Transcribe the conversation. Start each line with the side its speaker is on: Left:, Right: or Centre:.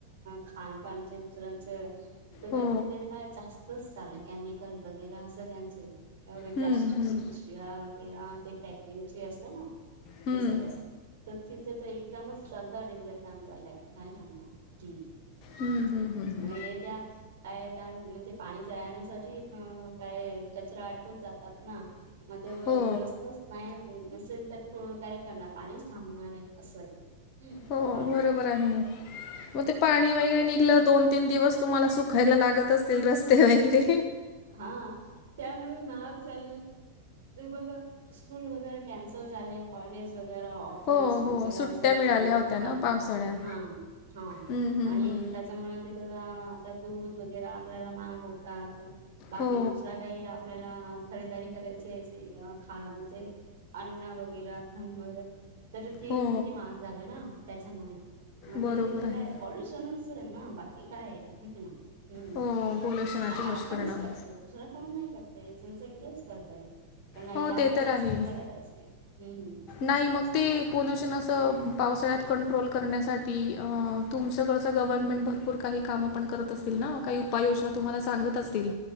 Right: खानपानचे दुसऱ्यांचे तर
Left: हो
Right: तर तिथे काय जास्त तच चाल केमिकल वगैरे सगळ्यांचे प्लास्टिक
Left: हम्म हम्म
Right: चे पिशवी. या वगैर ते पॅकिंगचे असत ना.
Left: हम्म हम्म
Right: ते सगळं तर तिथे तर एकदमच चांगला डेंजर काम झालंय आता काय करणार. हम्
Left: हम्म हम्म हम्म
Right: मग हे त्या काय त्या म्हणजे पाणी जाण साठी काय कचरा आटकून जातात ना मध्ये
Left: हो
Right: रस्तच नाही नसेल तर काय करणार पाणीच थांबणार आहे असं आहे
Left: हो
Right: हा
Left: बरोबर आहे मग ते पा पाणी वगैरे निघलं दोन तीन दिवस तुम्हाला सुखायला लागत असतील रस्ते वगैरे
Right: हा त्यामुळे महाग झाले बघा स्कूल वगैरे कॅन्सल झाले कॉलेज वगैरा ऑफ ऑफिस
Left: हो
Right: वगैरे
Left: हो सुट्ट्या
Right: सगळे
Left: मिळाल्या
Right: बंद होतात
Left: होत्या ना पावसाळ्यात
Right: हा हा
Left: हम्म हम्म
Right: आणि
Left: हम्म
Right: त्याच्यामुळे ते बघा आता दूध वगैरे आपल्याला महाग होतात बाकी
Left: हो
Right: दुसरा काही आपल्याला. खरेदारी करायची आहे ख म्हणजे अन्न वगैरे धन वगरे. तर ते
Left: हो
Right: किती मार्क झाले ना त्याच्यामुळे मग
Left: बरोबर
Right: हे
Left: आहे
Right: काय पॉल्युशन. ना बाकी काय हेच ना
Left: हो पोल्युशनाचे
Right: आणि
Left: दुष्परिणाम
Right: आपणच करतो. दुसरा कोन नाही करतय जनसंख्याच करतय पण नाही
Left: हो
Right: आपल्याला
Left: ते तर
Right: समजायला
Left: आहे
Right: पाहिजे. हम्म मस्त
Left: नाही मग ते पोल्युशन असं पावसाळ्यात कंट्रोल करण्यासाठी अ तुमच्याकडचं गव्हर्नमेंट भरपूर काही कामं ण करत असतील ना काही उपाययोजना तुम्हाला सांगत असतील